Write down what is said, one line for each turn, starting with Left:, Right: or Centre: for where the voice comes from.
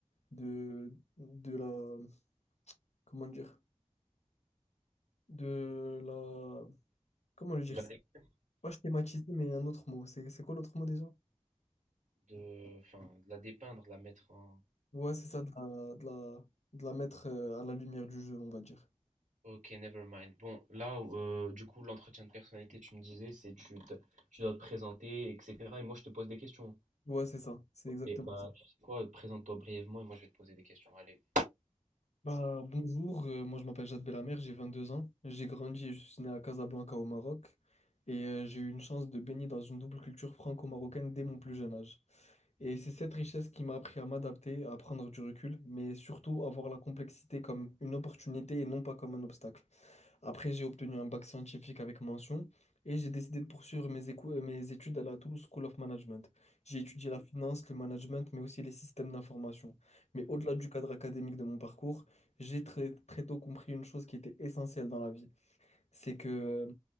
Left: le- de, de la. Comment dire? De la. Comment le dire?
Right: de
Left: C'est
Right: la, dé-
Left: Pas schématiser, mais un autre mot. C'est c'est quoi l'autre mot déjà?
Right: de, enfin, de la dépeindre, de la mettre en...
Left: Ouais, c'est ça, de la, de la, de la mettre euh, à la lumière du jeu, on va dire.
Right: Ok, never mind. Bon, là, euh, du coup, l'entretien de personnalité, tu me disais, c'est tu, te- tu dois te présenter, etc. Et moi, je te pose des questions.
Left: Ouais, c'est ça, c'est exactement
Right: Et bah,
Left: ça.
Right: tu sais quoi, présente-toi brièvement et moi, je vais te poser des questions. Allez.
Left: Bah, bonjour, euh, moi je m'appelle Jade Belamer, j'ai 22 ans. J'ai grandi et je suis né à Casablanca au Maroc. Et euh, j'ai eu une chance de baigner dans une double culture franco-marocaine dès mon plus jeune âge. Et c'est cette richesse qui m'a appris à m'adapter, à prendre du recul, mais surtout à voir la complexité comme une opportunité et non pas comme un obstacle. Après, j'ai obtenu un bac scientifique avec mention et j'ai décidé de poursuivre mes, écou- euh, mes études à la Toulouse School of Management. J'ai étudié la finance, le management, mais aussi les systèmes d'information. Mais au-delà du cadre académique de mon parcours, j'ai très, très tôt compris une chose qui était essentielle dans la vie, c'est que euh,